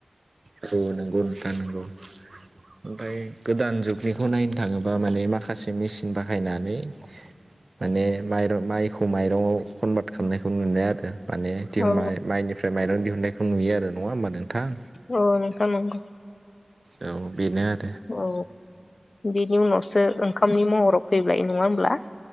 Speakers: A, on the right (about 55°); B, on the left (about 65°).
A: औ नंगौ नोंथां नांगौ ओमफ्राय गोदान जुगनिखौ नायनो थाङोबा माने माखासे मेचिन बाहायनानै माने माइर माइ खौ माइरंआव कनभार्ट खालामनायखौ <unintelligible> आरो। माने <unintelligible>
B: औ
A: माइनिफ्राय माइरं दिहुन नायखौ नुयो आरो नङा होमबा नोंथां।
B: औ नोंथां नोंगौ।
A: औ बेनो आ
B: औ बिनि उनावसो ओंखामनि महराव फैबाय। नङा होमब्ला।